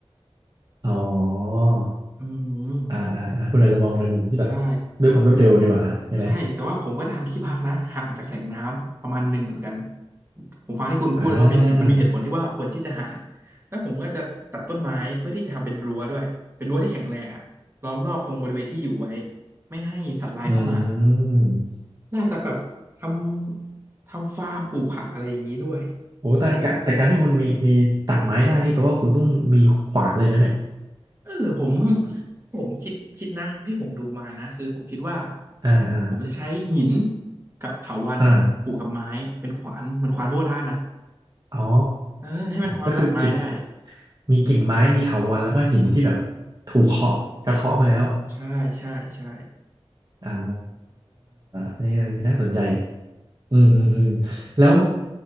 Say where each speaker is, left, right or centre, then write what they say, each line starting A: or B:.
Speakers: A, on the right; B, on the right.
A: อ๋อ
B: อืม
A: อ่าอ่าอ่าคุณอาจจะมองในมุมที่แบบ
B: ใช่
A: ด้วยความรวดเร็วดีกว่าใช่ไหม
B: ใช่แต่ว่าผมก็จะทำที่พักนะห่างจากแหล่งน้ำประมาณหนึ่งเหมือนกันผมฟังที่คุณพูดแล้วก็มันมันมีเหตุผลที่ว่าควรที่จะห่าง
A: อ่า
B: แล้วผมก็จะตัดต้นไม้เพื่อที่จะทำเป็นรั้วด้วยเป็นรั้วที่แข็งแรงอะล้อมรอบตรงบริเวณที่อยู่ไว้ไม่ให้สัตว์ร้ายเข้ามา
A: อืม
B: น่าจะแบบทำทำฟาร์มปลูกผักอะไรอย่างนี้ด้วย
A: โอ้แต่การแต่การที่คุณมีมีตัดไม้ได้นี่แปลว่าคุณต้องมีขวานเลยนะเนี่ย
B: ครับผมเออผมผมคิดคิดนะที่ผมดูมานะคือผมคิดว่า
A: อ่าอ่า
B: ผมจะใช้หินกับเถาวัลย์เนี่ยผูกกับไม้เป็นขวานเหมือนขวานโบราณนะ
A: อ่า อ๋อ
B: เออให้มันพอตัดไม้ได้
A: ก็คือกิ่ง มีกิ่งไม้ มีเถาวัลย์แล้วก็หินที่แบบถูกเคาะกระเทาะมาแล้ว
B: ใช่ใช่ใช่
A: อ่าอันนี้อันนี้น่าสนใจ อืมอืมอืมแล้ว